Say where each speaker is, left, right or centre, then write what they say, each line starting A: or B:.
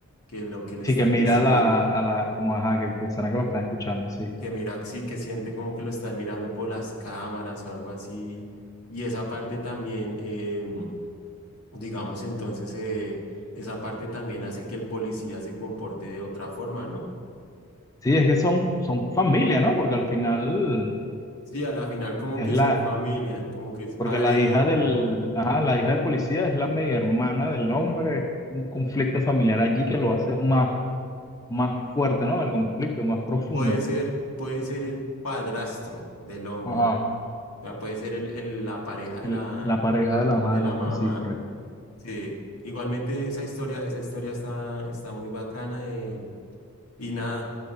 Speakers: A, on the left; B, on the left.
A: que lo que le
B: Sí,
A: están
B: que mira
A: diciendo,
B: a la, a la, como ajá, que pensarán que lo están escuchando, sí.
A: que mira, sí, que siente como que lo están mirando por las cámaras o algo así. Y esa parte también. em, Digamos, entonces, eh, esa parte también hace que el policía se comporte de otra forma, ¿no?
B: Sí, es que son, son familia, ¿no? Porque al final
A: Sí, a la final como
B: es
A: que
B: la,
A: son familia, como que es padre
B: porque la
A: e
B: hija
A: hijo,
B: del,
A: ¿no?
B: ajá, la hija del policía es la media hermana del hombre. Es un conflicto familiar allí que lo hace más, más fuerte, ¿no? El conflicto más profundo.
A: Puede ser, puede ser el padrastro del hombre,
B: Ajá.
A: mm, o sea, puede ser el, el- la pareja de
B: El-
A: la,
B: la pareja de la madre
A: de
B: del
A: la
B: hombre,
A: mamá.
B: sí, correcto.
A: Sí, igualmente esa historia, esa historia está, está muy bacana. eh, Y nada,